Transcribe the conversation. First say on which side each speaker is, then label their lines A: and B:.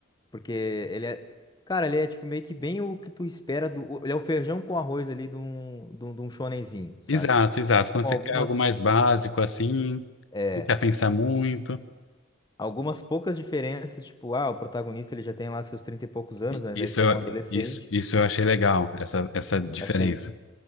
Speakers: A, on the left (about 20°); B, on the left (about 65°).
A: porque ele é, cara, ele é tipo meio que bem o que tu espera do, ele é o feijão com arroz ali de um de um, de um shonenzinho, sabe?
B: Exato, exato. Quando
A: Com
B: você
A: algumas
B: quer algo mais básico assim,
A: é,
B: não quer pensar muito.
A: algumas poucas diferenças, tipo, ah, o protagonista ele já tem lá seus 30 e poucos anos,
B: I-
A: ao invés
B: Isso,
A: de ser
B: eu-
A: um adolescente.
B: isso, isso eu achei legal, essa, essa diferença.
A: Achei